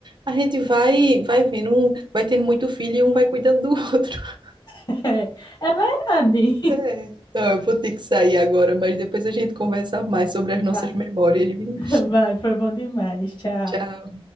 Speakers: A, on the right; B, on the left.
A: a gente vai, vai vendo, um, vai tendo muito filho e um vai cuidando do outro. <laughs>
B: <laughs> é, é verdade.
A: É. Não, eu vou ter que sair agora, mas depois a gente conversa mais sobre
B: <laughs>
A: as nossas
B: Vai.
A: memórias, viu?
B: <laughs> Vai, foi bom demais. Tchau.
A: Tchau.